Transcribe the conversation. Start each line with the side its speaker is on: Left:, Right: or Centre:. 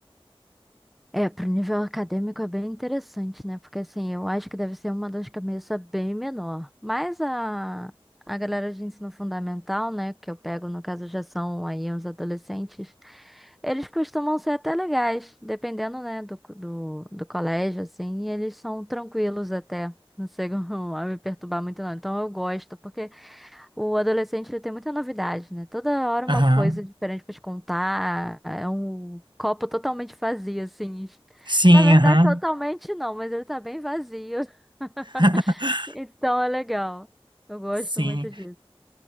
Centre: É, pro nível acadêmico é bem interessante, né? Porque assim, eu acho que deve ser uma dor de cabeça bem menor. Mas a, a galera de ensino fundamental, né, que eu pego, no caso, já são aí uns adolescentes, eles costumam ser até legais, dependendo, né, do, co- do, do colégio, assim, e eles são tranquilos até. Não chegam <laughs> a me perturbar muito, não. Então eu gosto, porque. O adolescente ele tem muita novidade, né? Toda hora
Right: Aham.
Centre: uma coisa diferente pra te contar. É um copo totalmente vazio, assim.
Right: Sim,
Centre: Na verdade,
Right: aham.
Centre: totalmente não, mas ele tá bem vazio. <laughs>
Right: <laughs>
Centre: Então é legal. Eu gosto
Right: Sim.
Centre: muito disso.